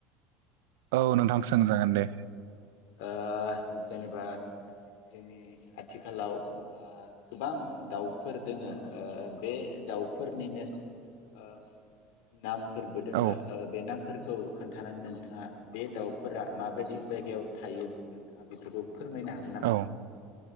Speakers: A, on the right; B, on the left.
A: औ नोंथां सोंजागोन दे।
B: ओ जेनेबा जोंनि आथिखालाव गोबां दाउफोर दोङो ओ बे दाउफोरनिनो ओ। नामफोरबो दोङो
A: औ
B: ओ बे नामफोरखौ। खोन्थानानै नोंथाङा बे दाउफोरा माबायदि जायगायाव। थायो नोंथाङा बेफोरखौ। फोरमायनो हागोन नामा।
A: औ